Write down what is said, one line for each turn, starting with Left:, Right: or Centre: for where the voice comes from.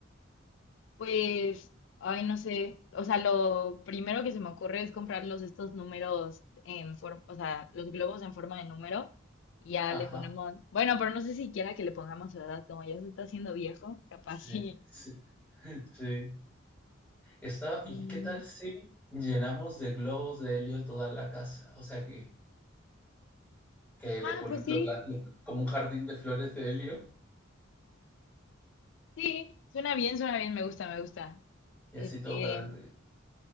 Left: Pues, ay, no sé, o sea, lo primero que se me ocurre es comprarlos estos números en forma, o sea, los globos en forma de número, y ya le
Centre: Ajá.
Left: ponemos, bueno, pero no sé siquiera que le pongamos su edad, como ya se está haciendo viejo, capaz sí.
Centre: Sí, sí. <laughs> Sí, Estaba
Left: Mm,
Centre: ¿y qué tal si llenamos de globos de helio toda la casa? O sea, que que
Left: ah,
Centre: le ponen
Left: pues sí.
Centre: lo pla lo como un jardín de flores de helio
Left: Sí, suena bien, suena bien, me gusta, me gusta.
Centre: y
Left: Este,
Centre: así todo para arri